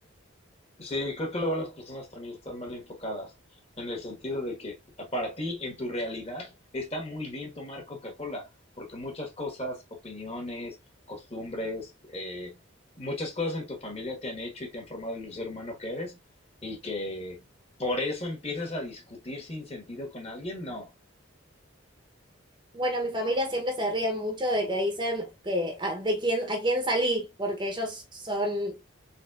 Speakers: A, on the left (about 30°); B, on the right (about 20°).
A: Sí, creo que luego las personas también están mal enfocadas, en el sentido de que a- para ti, en tu realidad, está muy bien tomar Coca-Cola, porque muchas cosas, opiniones, costumbres, eh, muchas cosas en tu familia te han hecho y te han formado el ser humano que eres, y que por eso empieces a discutir sin sentido con alguien, no,
B: Bueno, mi familia siempre se ríe mucho de que dicen que a, de quién, a quién salí, porque ellos son